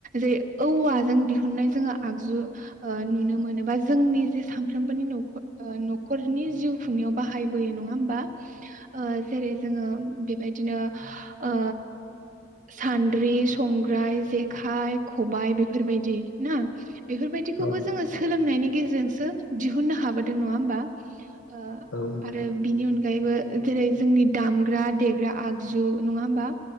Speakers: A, on the right; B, on the left.
A: जे औवाजों दिहुननाय जोङा आगजु ओ नुनो मोनोबा जोंनि जे सामफ्रोमबोनि नखर ओ नखरनि जिउ खुंना याव बाहायबोयो नङा होमबा? ओ जेरै जोङो बेबायदिनो ओ सान्द्रि, संग्राय, जेखाइ, खबाय बेफोरबायदि ना। बेफोरबायदिखौबो
B: औ नोंथां
A: जोङो सोलोंनायनि गेजेरजोंसो दिहुननो हाबोदों। नङा होमबा? ओ
B: औ नोंथां
A: आरो बिनि अनगायैबो जेरै जोंनि दामग्रा देग्रा आगजु। नङा होमबा?